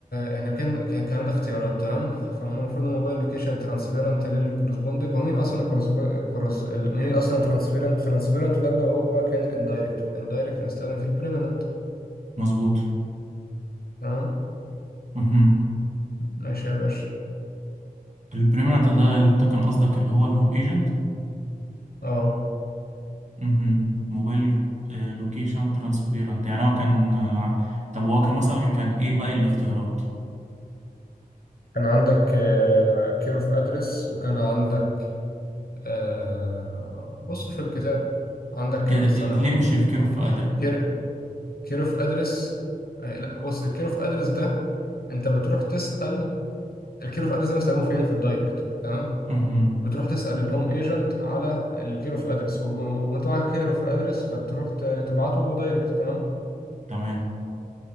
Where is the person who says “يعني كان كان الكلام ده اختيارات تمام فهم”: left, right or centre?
Left